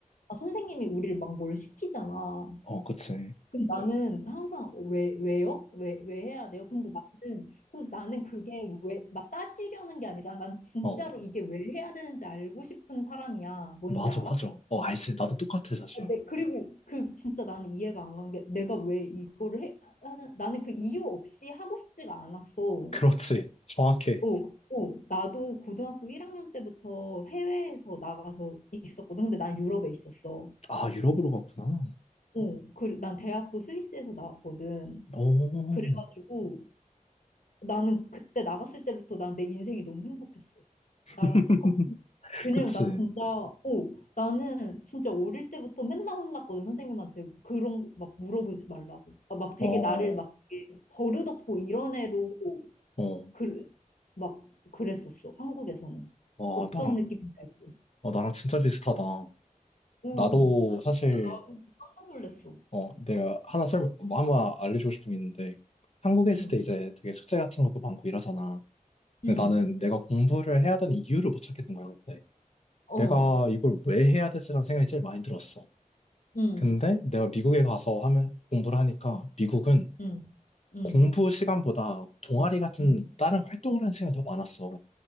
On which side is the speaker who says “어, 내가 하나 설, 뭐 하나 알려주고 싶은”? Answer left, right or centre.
Left